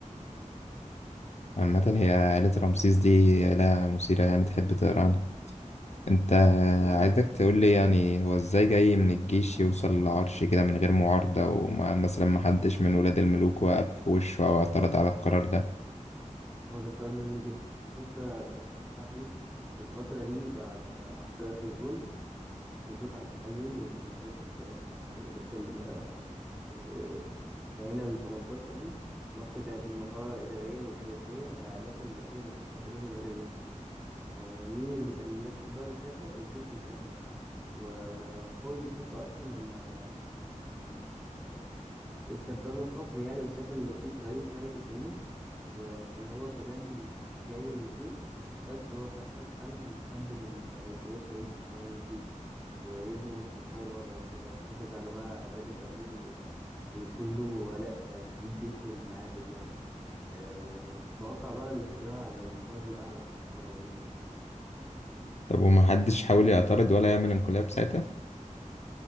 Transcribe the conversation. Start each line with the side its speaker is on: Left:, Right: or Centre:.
Left: عامة هي عائلة رمسيس دي عائلة مثيرة يعني تحب تقرا عنها انت
Centre: اه بالظبط.
Left: عايزك تقولي يعني هو ازاي جاي من الجيش يوصل للعرش كده من غير معارضة وما مثلا محدش من ولاد الملوك وقف في وشه أو اعترض على القرار ده
Centre: هو ده سؤال مهم جدا يعني بص يا صاحبي في الفترة دي بعد عصر أخناتون وتوت عنخ آمون والناس آه، اللي كانت في ال- آه، العيلة ال 18 يعني مصر كانت منهارة إداريا وسياسيا والعائلات الملكية مفيش حد منهم قادر يمسك آه، مين اللي كان ماسك الدولة ساعتها الجيش والكهنة وحور محب أصلا لما آه، استدبلوا الحكم يعني وشاف إن مفيش رئيس ملكي سليم وكان هو كمان جاي من الجيش قال خلاص أحسن حل إن حد من رجالتنا يمسك يعني من الجيش ويضمن استقرار الوضع وكده ويحافظ على بقى عبادة أمون و... ويكون له ولاء آه، للجيش والمعابد يعني آه، فوقع بقى الاختيار على القائد الأعلى رمسيس الأولاني
Left: طب ومحدش حاول يعترض ولا يعمل انقلاب ساعتها؟